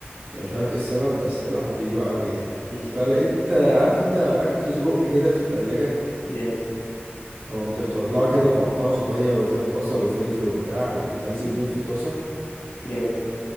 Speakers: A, on the right; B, on the left.
A: يعني مش عارف ايه السبب بس الواحد بيجوع قوي يعني
B: مم.
A: فلقيت آه، عارف انت باكت سجق كده في التلاجة
B: جامد
A: فقمت مطلعه كده ومقطعه صغير وشوية بصل وفلفل وبتاع وقمت نازل
B: مم.
A: بيهم في الطاسة
B: جامد